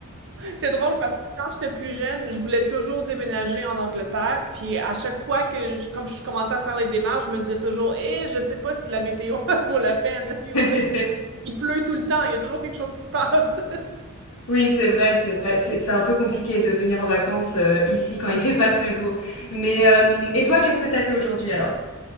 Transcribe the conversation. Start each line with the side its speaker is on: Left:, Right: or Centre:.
Right: C'est drôle parce que quand j'étais plus jeune, je voulais toujours déménager en Angleterre. Puis à chaque fois que, je- comme je commençais à faire les démarches, je me disais toujours, eh, je sais pas si la météo <laughs> vaut la peine. Et
Left: <laughs>
Right: on dirait qu'il il pleut tout le temps, il y a toujours quelque chose qui se passe.
Left: Oui, c'est vrai, c'est vrai. C'est c'est un peu compliqué de venir en vacances euh, ici quand il fait pas très beau. Mais euh, et toi, qu'est-ce que t'as fait aujourd'hui alors?